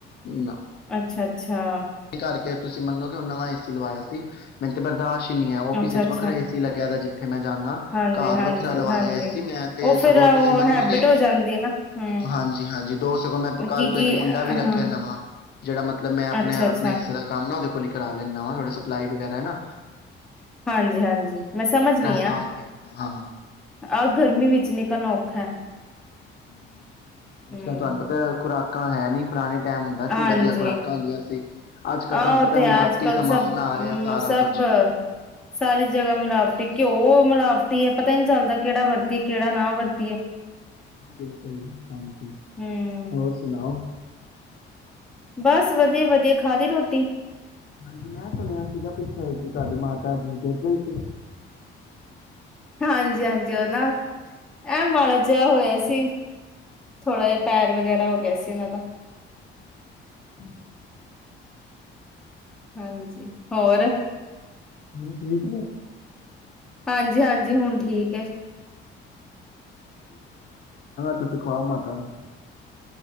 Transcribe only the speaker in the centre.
ਅੱਛਾ-ਅੱਛਾ,
ਅੱਛਾ-ਅੱਛਾ
ਹਾਂਜੀ-ਹਾਂਜੀ,
ਹਾਂਜੀ। ਹਾਂਜੀ,
ਹਾਂਜੀ।
ਉਹ ਫੇਰ
ਉਹ
ਹੈਬਿਟ ਹੋ ਜਾਂਦੀ ਹੈ ਨਾ ਹੂੰ
ਕੀ-ਕੀ
ਹਾਂ
ਅੱਛਾ-ਅੱਛਾ
ਹਾਂਜੀ -ਹਾਂਜੀ ਮੈਂ ਸਮਝ ਗਈਆ।
ਆਹ ਗਰਮੀ ਵਿੱਚ ਨਿਕਲਣਾ ਔਖਾ ਹੈ।
ਹੂੰ
ਹਾਂਜੀ,
ਆਹੋ
ਤੇ
ਹੈ ਅੱਜ-ਕੱਲ
ਸਭ-ਸਭ
ਸਾਰੀ ਜਗ੍ਹਾ ਮਿਲਾਵਟੀ ਘਿਓ ਮਿਲਾਵ ਇਹ ਪਤਾ ਨੀ ਚੱਲਦਾ ਕਿਹੜਾ ਵਰਤੀਏ, ਕਿਹੜਾ ਨਾ ਵਰਤੀ
ਹੂੰ।
ਬਸ, ਵਧੀਆ-ਵਧੀਆ ਖਾਲੀ ਰੋਟੀ।
ਹਾਂਜੀ-ਹਾਂਜੀ ਓਨਾ ਐ ਮਾੜਾ ਜਿਹਾ ਹੋਇਆ ਸੀ ਥੋੜ੍ਹਾ ਜਾ ਪੈਰ ਵਗੈਰਾ ਹੋ ਗਿਆ ਸੀ ਉਹਨਾਂ ਦਾ।
ਹਾਂਜੀ ਹੋਰ।
ਹਾਂਜੀ-ਹਾਂਜੀ ਹੁਣ ਠੀਕ ਐ।